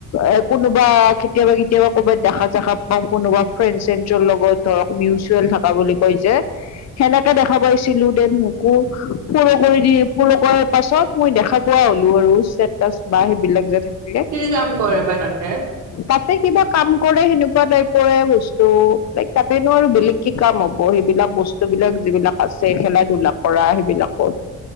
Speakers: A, on the left (about 55°); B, on the right (about 70°).
A: এ কোনোবা কেতিয়াবা কেতিয়াবা ক'বাত দেখা চেখা পাওঁ কোনোবা ফ্ৰেণ্ডচ শ্ৰেণ্ডচৰ লগত ধৰক মিউচুৱেল থাকা বুলি কয় যে সেনেকে দেখা পাইচিলোঁ দি ফ'ল' কৰি দিয়ে ফ'ল' কৰাৰ পাছত মই দেখা পোৱা হলো আৰু ষ্টেটাছ বা সেইবিলাক যে তাত
B: কি কাম কৰে বা তাতে
A: তাতে কিবা কাম কৰে সেনেকুৱা টাইপৰে বস্তু লাইক তাতেনো আৰু বেলেগ কি কাম হ'ব সেইবিলাক বস্তু বিলাক যিবিলাক আছে খেলাই ধুলা কৰা সেইবিলাকৰ